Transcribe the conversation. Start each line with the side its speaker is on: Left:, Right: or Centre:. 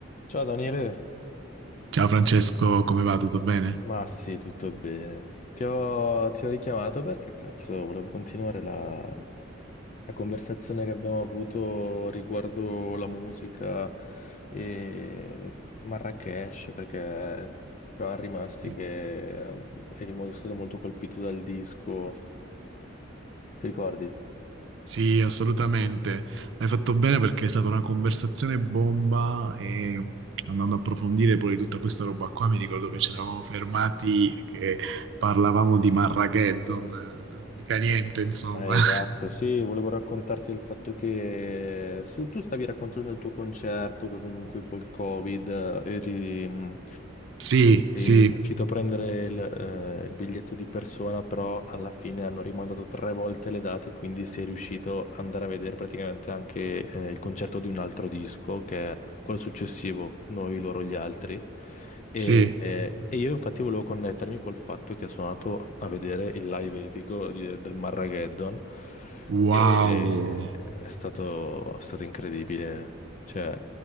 Left: Ciao Daniele,
Right: Ciao Francesco, come va? Tutto bene?
Left: ma sì, tutto bene. Ti ho, ti ho richiamato perché cazzo, volevo continuare la, la conversazione che abbiamo avuto riguardo la musica e Marrakesh, perché eravamo rimasti
Right: Sì,
Left: che eh, eri mo- stato molto colpito dal disco. Ti ricordi?
Right: Sì, assolutamente. Hai fatto bene perché è stata una conversazione bomba e andando a approfondire poi tutta questa roba qua, mi ricordo che ci eravamo fermati che parlavamo di Marrageddon, eh, mica niente, insomma.
Left: Eh, esatto,
Right: <laughs>
Left: sì, volevo raccontarti del fatto che su- tu stavi raccontando il tuo concerto, che comunque col Covid eri, mh,
Right: Sì,
Left: Sì,
Right: sì,
Left: è riuscito a prendere il, eh, il biglietto di persona, però alla fine hanno rimandato tre volte le date, quindi sei riuscito ad andare a vedere praticamente anche eh, il concerto di un altro disco, che è quello successivo, Noi, loro, gli altri. E,
Right: sì.
Left: eh, e io infatti volevo connettermi col fatto che sono andato a vedere il live epico di- del Marrageddon
Right: Wow.
Left: e è stato, è stato incredibile. Cioè,